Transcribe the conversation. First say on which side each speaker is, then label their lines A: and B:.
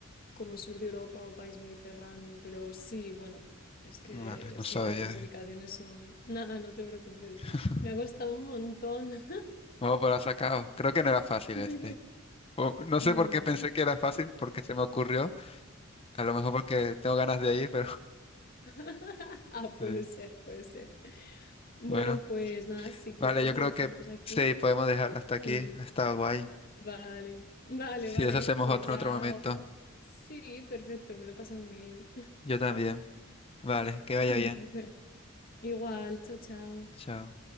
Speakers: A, on the left; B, on the left.
A: como sur de Europa o país mediterráneo. Pero sí, bueno, es que
B: vale, no
A: sí,
B: sabía.
A: las clasificaciones son... <laughs> Nada, no te preocupes.
B: <laughs>
A: Me ha costado un montón.
B: Oh, pero lo sacado. Creo que no era fácil
A: <laughs>
B: este. O- no sé
A: No.
B: por qué pensé que era fácil, porque se me ocurrió. A lo mejor porque tengo ganas de ir, pero
A: <laughs> Ah, puede
B: <laughs> eh,
A: ser, puede ser. Bueno,
B: bueno.
A: pues nada, si quieres
B: Vale, yo
A: lo
B: creo
A: dejamos
B: que
A: aquí.
B: sí, podemos dejarlo hasta
A: Mm,
B: aquí. Ha estado guay.
A: vale, vale,
B: Si
A: vale,
B: eso hacemos
A: pues
B: otro
A: ya.
B: en otro momento.
A: oh, sí, perfecto, me lo he pasado muy bien.
B: Yo también. Vale, que vaya
A: <laughs>
B: bien.
A: Ven, igual, chao, chao.
B: Chao.